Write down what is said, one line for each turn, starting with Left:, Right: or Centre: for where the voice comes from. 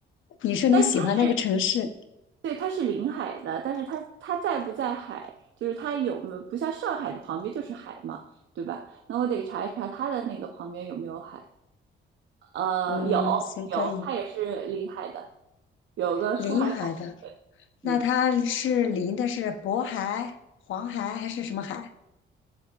Left: 你说你喜欢那个城市，
Right: 但是它对，它是临海的，但是它它在不在海，就是它有没有不像上海的旁边就是海嘛，对吧？那我得查一查它的那个旁边有没有海。呃，
Left: 嗯，
Right: 有
Left: 行，可以，
Right: 有，它也是临海的，有个出海口。
Left: 临海的，那它是临的是渤海、
Right: 嗯
Left: 黄海还是什么海？